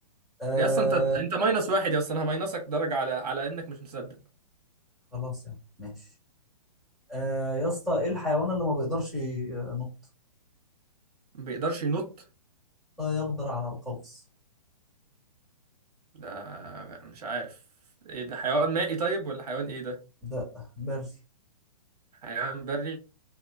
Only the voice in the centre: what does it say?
آه
خلاص يعني ماشي آه يا اسطى ايه الحيوان اللي ما بيقدرش ينط
لا يقدر على القفز
لا بري